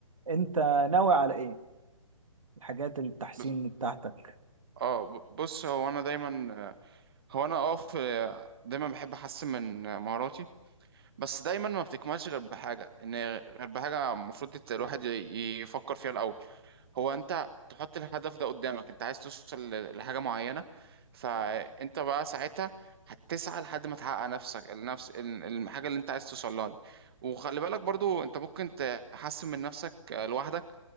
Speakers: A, on the right; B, on the right.
A: انت ناوي على ايه الحاجات التحسين
B: بس
A: بتاعتك
B: اه ب- بص هو انا دايما هو انا اه في دايما بحب احسن من مهاراتي بس دايما ما بتكملش غير بحاجه ان غير بحاجه المفروض الواحد ي- يفكر فيها الاول هو انت تحط الهدف ده قدامك انت عايز توصل ل- لحاجه معينه فانت بقى ساعتها هتسعى لحد ما تحقق نفسك النفس ال- الحاجه اللي انت عايز توصل لها دي. وخلي بالك برضو انت ممكن تحسن من نفسك آه، لوحدك